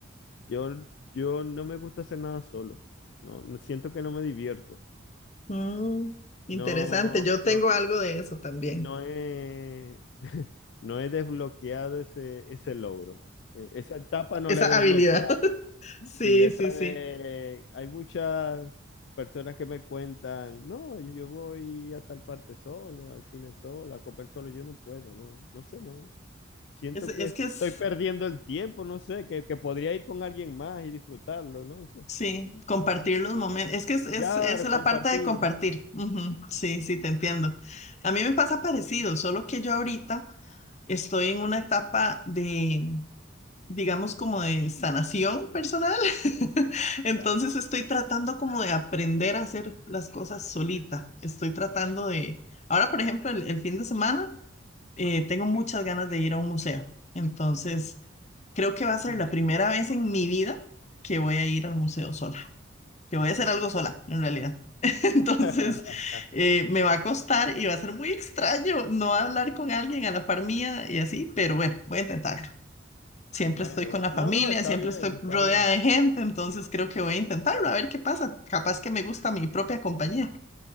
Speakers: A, on the left; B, on the left.
A: Yo, yo no me gusta hacer nada solo. No, no- siento que no me divierto.
B: Mm, interesante.
A: No,
B: Yo tengo
A: no,
B: algo de eso también,
A: no he, <laughs> no he desbloqueado ese, ese logro. Eh, Esa etapa no
B: esa
A: la
B: habilidad.
A: he desbloqueado.
B: <laughs> Sí,
A: Sí, esa
B: sí, sí.
A: de, hay muchas personas que me cuentan, no, yo voy a tal parte solo, al cine solo, a comer solo, yo no puedo, no, no sé, no. Siento
B: Es, es
A: que estoy
B: que es.
A: perdiendo el tiempo, no sé, que, que podría ir con alguien más y disfrutarlo, no
B: Sí, compartir los momentos. Es que es, es,
A: Claro,
B: es la
A: compartir.
B: parte de compartir. Ujú, Sí, sí, te entiendo. A mí me pasa parecido, solo que yo ahorita estoy en una etapa de, digamos, como de sanación personal. <laughs> Entonces
A: Exacto.
B: estoy tratando como de aprender a hacer las cosas solita. Estoy tratando de... Ahora, por ejemplo, el, el fin de semana, eh, tengo muchas ganas de ir a un museo. Entonces, creo que va a ser
A: Mm.
B: la primera vez en mi vida que voy a ir al museo sola. Yo voy a hacer algo sola, en realidad. <laughs> Entonces,
A: <laughs>
B: eh, me va a costar y va a ser muy extraño no hablar con alguien a la par mía y así, pero bueno, voy a intentarlo. Siempre
A: Bueno,
B: estoy con
A: bueno.
B: la familia,
A: No, no, está
B: siempre
A: bien,
B: estoy
A: está
B: rodeada
A: bien.
B: de gente, entonces creo que voy a intentarlo, a ver qué pasa. Capaz que me gusta mi propia compañía.